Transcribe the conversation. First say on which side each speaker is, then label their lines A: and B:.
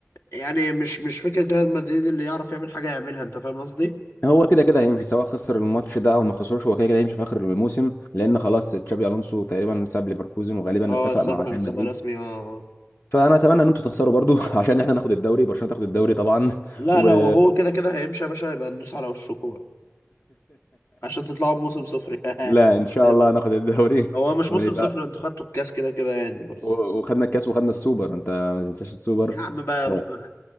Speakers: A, on the left; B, on the left.
A: يعني مش مش فكره ريال مدريد اللي يعرف يعمل حاجه يعملها انت فاهم قصدي
B: هو كده كده هيمشي سواء خسر الماتش ده او ما خسروش هو كده كده هيمشي في اخر الموسم لان خلاص تشابي الونسو تقريبا ساب ليفركوزن وغالبا
A: اه
B: اتفق
A: سابها
B: مع ريال
A: سابها
B: مدريد
A: رسمي اه آه.
B: فانا اتمنى ان انتوا تخسروا برضو <laughs> عشان احنا ناخد الدوري برشلونه تاخد الدوري طبعا
A: لا
B: و
A: لو هو
B: <laughs>
A: كده كده هيمشي يا باشا هيبقى ندوس على وشكوا بقى عشان تطلعوا بموسم صفر
B: لا
A: <laughs>
B: ان شاء
A: جامد.
B: الله ناخد الدوري
A: هو مش
B: ونبقى
A: موسم صفر انتوا خدتوا الكاس كده كده يعني بس
B: و- وخدنا الكاس وخدنا السوبر انت ما تنساش السوبر
A: يا عم بقى
B: ف-
A: روح بقى